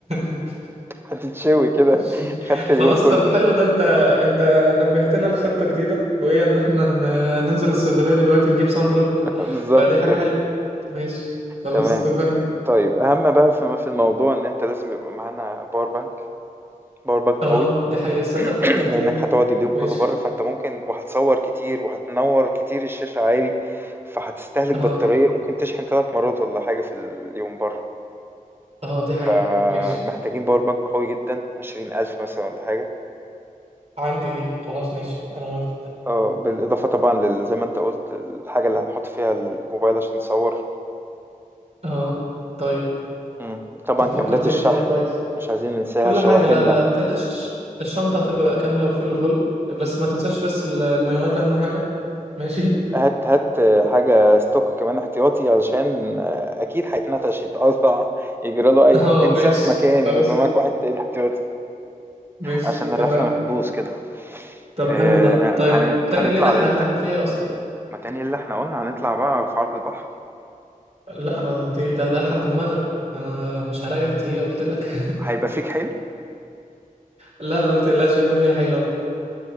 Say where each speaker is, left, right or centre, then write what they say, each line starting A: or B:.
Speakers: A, on the right; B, on the right.
A: <laughs>
B: هتتشوي كده
A: ماشي.
B: خدت
A: خلاص
B: اليوم كله
A: طب حلو ده انت انت نبهتنا لخطة جديدة وهي ان احنا ن- ننزل الصيدلية دلوقتي نجيب صن بلوك
B: <laughs> بالظبط
A: فدي حاجة
B: كده
A: حلوة ماشي خلاص
B: تمام
A: اتفقنا
B: طيب اهم بقى في في الموضوع ان انت لازم يبقى معانا باور بانك باور بانك قوي
A: اه دي حقيقة تصدق فكرتني
B: لأنك هتقعد اليوم
A: ماشي
B: كله بره فأنت ممكن وهتصور كتير وهتنور كتير الشاشة عالي فهتستهلك
A: اه
B: بطارية ممكن تشحن ثلاث مرات ولا حاجة في اليوم بره
A: اه دي حقيقة
B: فمحتاجين
A: ماشي
B: باور بانك قوي جدا عشرين ألف مثلا ولا حاجة
A: عندي دي خلاص ماشي انا موافق
B: اه بالإضافة طبعا لل- زي ما أنت قلت الحاجة اللي هنحط فيها الموبايل عشان نصور
A: اه طيب
B: مم. طبعا
A: طب
B: كابلات
A: فكرتني
B: الشحن
A: طيب كويس
B: مش عايزين ننساها
A: كل
B: شواحننا
A: حاجة لا لا لا ما تقلقش الش... الشنطة هتبقى كاملة وفل فل بس ما تنساش بس ال- المايوهات اهم حاجة ماشي
B: هات هات حاجة ستوك كمان احتياطي علشان أكيد هيتنتش يتقطع يجرى
A: <laughs>
B: له أي
A: اه
B: حاجة تنساه
A: ماشي
B: في مكان
A: خلاص
B: يبقى معاك واحد تاني احتياطي
A: ماشي
B: عشان الرحلة
A: اتفقنا
B: ما تبوظ كده
A: طب
B: آه،
A: حلو ده طيب
B: هن- هنطلع
A: تاني ليلة
B: على
A: احنا
B: إمتى؟
A: هنعمل فيها إيه اصلا
B: ما تاني اللي احنا قلنا هنطلع بقى في عرض البحر
A: لا ما دي ده ده لحد المغرب انا مش هريح دقيقة قلت لك <laughs>
B: هيبقى فيك حيل؟
A: لا لا لا، ما تقلقش هيبقى فيها حيلة